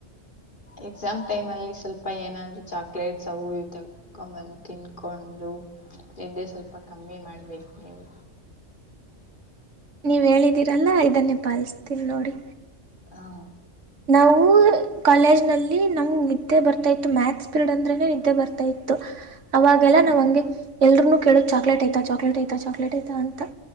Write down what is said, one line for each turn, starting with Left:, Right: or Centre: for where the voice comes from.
Left: ಎಕ್ಸಾಮ್ ಟೈಮ್ ಅಲ್ಲಿ ಸ್ವಲ್ಪ ಏನಾದ್ರು ಚಾಕ್ಲೇಟ್ಸ್ ಅವು ಇರ್ತವ್ ಕಕೊಂಬಂದು ತಿನ್ಕೊಂಡು ತಿಂಡಿ ಸ್ವಲ್ಪ ಕಮ್ಮಿ ಮಾಡ್ಬೇಕು ನೀವು
Right: ನೀವು ಹೇಳಿದ್ದೀರಲ್ಲ ಇದನ್ನೇ ಪಾಲಿಸ್ತೀನಿ ನೋಡಿ
Left: ಹಾ
Right: ನಾವು ಕಾಲೇಜ್ ನಲ್ಲಿ ನಮಗೆ ನಿದ್ದೆ ಬರ್ತಾ ಇತ್ತು ಮ್ಯಾಥ್ಸ್ ಪಿರೀಡ್ ಅಂದ್ರೆನೆ ನಿದ್ದೆ ಬರ್ತಾ ಇತ್ತು ಅವಾಗೆಲ್ಲ ನಾವನ್ಗೆ ಎಲ್ರುೂ ಕೇಳುದು ಚಾಕ್ಲಟ್ ಐತಾ ಚಾಕ್ಲೇಟ್ ಐತ ಚಾಕ್ಲೇಟ್ ಐತ ಅ